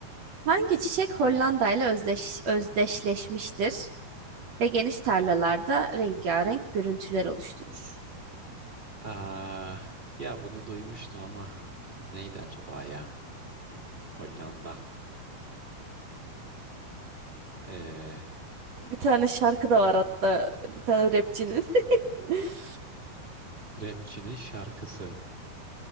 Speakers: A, on the right; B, on the right.
A: Hangi çiçek Hollanda ile özdeş, özdeşleşmiştir ve geniş tarlalarda rengarenk görüntüler oluşturur?
B: Aa, ya bunu duymuştum ama neydi acaba ya? Hollanda. Ee,
A: Bir tane şarkı da var hatta bir tane rapçinin. <laughs>
B: rapçinin şarkısı.